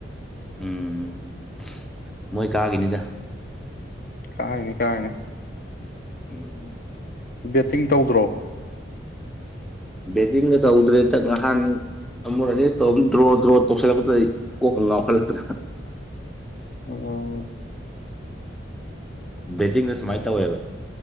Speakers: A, in the centre; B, on the left (about 45°).
A: ꯎꯝ ꯃꯣꯏ ꯀꯥꯒꯤꯅꯤꯗ
B: ꯀꯥꯏꯅꯤ ꯀꯥꯏꯅꯤ
A: ꯍꯝ
B: ꯕꯦꯠꯇꯤꯡ ꯇꯧꯗ꯭ꯔꯣ
A: ꯦꯁꯤꯒ ꯇꯧꯗ꯭ꯔꯦ ꯥꯟ ꯊꯨꯔꯅꯦ ꯇꯧꯝ ꯗ꯭ꯔꯣ ꯗ꯭ꯔꯣ ꯇꯧꯁꯤꯜꯂꯛꯄ ꯑꯩ ꯀꯣꯛ ꯂꯥꯎꯈꯠꯂꯛꯇ꯭ꯔ
B: ꯑꯣ
A: ꯕꯦꯗꯤꯤꯡꯗ ꯁꯨꯃꯥꯏꯅ ꯇꯧꯋꯦꯕ